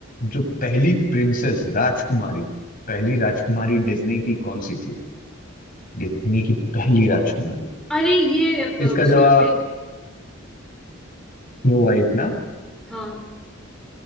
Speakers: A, on the left (about 45°); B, in the centre.
A: जो पहली प्रिंसेस राजकुमारी पहली राजकुमारी डिज्नी की कौन सी थी डिज्नी की पहली राजकुमारी
B: अरे ये स्नो
A: इसका जवाब
B: वाइट
A: स्नो वाइट ना
B: हाँ